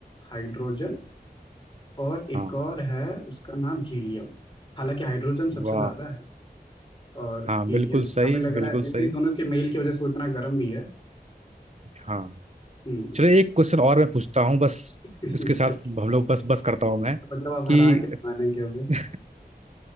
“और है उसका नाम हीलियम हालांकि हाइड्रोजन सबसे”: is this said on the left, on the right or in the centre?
Left